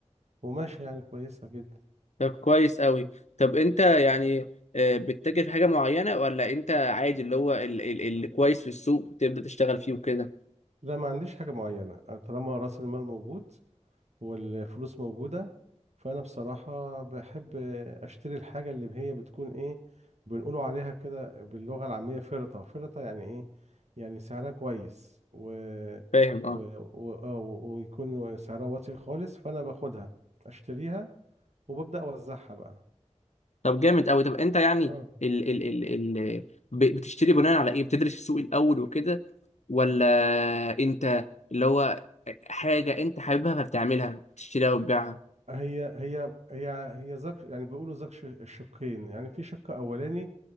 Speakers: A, on the right; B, on the left.
A: وماشي يعني كويسه جدا
B: طب كويس قوي طب انت يعني آه، بتتاجر في حاجه معينه ولا انت عادي اللي هو ال- ال- اللي كويس في السوق تبدا تشتغل فيه وكده
A: لا ما عنديش حاجه معينه أنا طالما راس المال موجود والفلوس موجودة فأنا بصراحة بحب أشتري الحاجة اللي هي بتكون إيه بنقولوا عليها كده باللغة العامية فرطة فرطة يعني إيه يعني سعرها كويس و...
B: فاهم
A: و...
B: اه
A: و... آه، و... ويكون سعرها واطي خالص فأنا باخدها أشتريها وببدأ أوزعها بقى
B: طب جامد قوي طب انت يعني
A: اه
B: ال ال ال ال ب- بتشتري بناء على ايه بتدرس السوق الاول وكده ولا انت اللي هو حاجه انت حاببها فبتعملها بتشتريها وتبيعها
A: هي هي هي هي زك يعني بيقولوا زك ش- الشقين يعني في شق أولاني